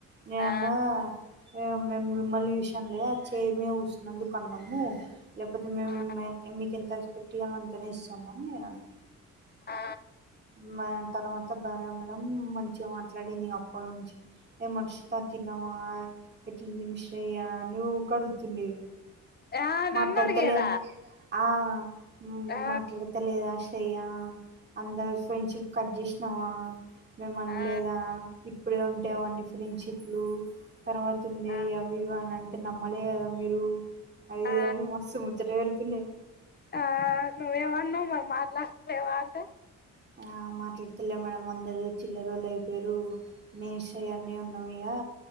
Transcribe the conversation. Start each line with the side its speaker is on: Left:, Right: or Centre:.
Right: నేనన్నా
Left: ఆ
Right: ఏం మేం మిమ్మల్ని చూసి ఆన్లే ఆ చెయిర్ మీద కుసున్నందుకు అన్నము. లేకపోతే మేం
Left: ఆ
Right: మెరికి మీకెంత రెస్పెక్ట్ ఇయ్యాలో అంతనే ఇస్సము అన్ నేనన్న.
Left: ఆ
Right: మా ఆ తర్వాత భార్గవి మేడం మంచిగ మాట్లాడింది అప్పడ్నుంచి. ఏం హర్షిత తిన్నావా, ఎట్లుంది మీ శ్రేయ అన్ ఊక అడుగుతుంది.
Left: ఆ నన్ను
Right: మాట్లాడతలే
Left: అడిగేదా
Right: ఆ మా
Left: ఆ
Right: మాట్లాడత లేద అష్ శేయ అందరు ఫ్రెండ్షిప్ కట్ చేసినావా మేం అన్లేదా
Left: ఆ
Right: ఇప్పుడే ఉంటాయి అవన్నీ ఫ్రెండ్షిప్లు తర్వాత ఉండే
Left: ఆ
Right: అవి ఇవని అంటే నమ్మలే కదా మీరు, అది
Left: ఆ
Right: ఇది అన్ మస్తు ముచ్చట పెడుతుండే.
Left: ఆ నువ్వేమన్నవ్ మరి మాట్లాస్తులేవా అంటే
Right: ఆ మాట్లాడుతలే మేడం అందరు చిల్లరోళ్ళు అయిపోయిరు. నేన్ శ్రేయనే ఉన్నమిగా